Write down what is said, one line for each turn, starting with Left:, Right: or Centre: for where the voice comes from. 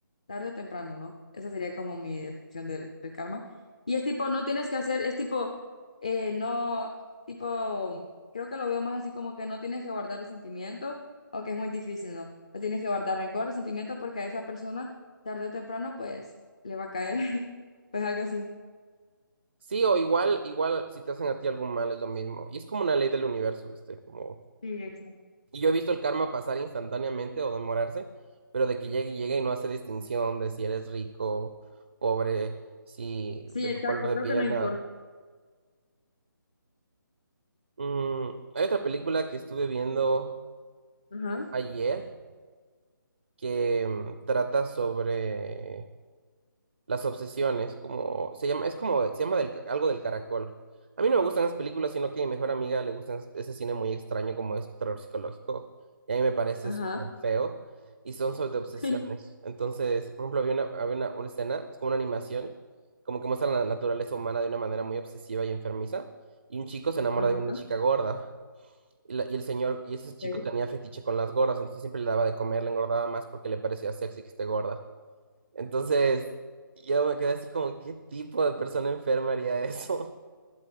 Left: Tarde o temprano, ¿no? Esa sería como mi descripción del, del karma. Y es tipo, no tienes que hacer, es tipo, eh, no, tipo, creo que lo veo más así como que no tienes que guardar resentimiento, o que es muy difícil, ¿no? No tienes que guardar rencor, resentimiento, porque a esa persona, tarde o temprano, pues le va a caer, <laughs> pues algo así.
Right: sí o igual, igual si te hacen a ti algún mal es lo mismo. Y es como una ley del universo, ¿viste? Como...
Left: Sí, exacto.
Right: Y yo he visto el karma pasar instantáneamente o demorarse, pero de que llegue, llegue y no hace distinción de si eres rico, pobre, si
Left: Sí,
Right: de
Left: exacto,
Right: tu color de
Left: creo
Right: piel,
Left: que no importa.
Right: nada. Mm, hay otra película que estuve viendo.
Left: Ajá,
Right: ayer que mm, trata sobre las obsesiones, como se llama, es como, se llama del- algo del caracol. A mí no me gustan esas películas, sino que a mi mejor amiga le gustan ese cine muy extraño como es terror psicológico, y a mí me parece
Left: ajá,
Right: súper feo, y son sobre obsesiones.
Left: <laughs>
Right: Entonces, por ejemplo, había una, había una, una escena, es como una animación, como que muestra la naturaleza humana de una manera muy obsesiva y enfermiza, y un chico se enamora
Left: ajá.
Right: de una chica gorda. Y, la- y el señor, y ese chico
Left: ok.
Right: tenía fetiche con las gordas, entonces siempre le daba de comer, le engordaba más porque le parecía sexy que esté gorda. Entonces, yo me quedé así como, ¿qué tipo de persona enferma haría eso? <laughs>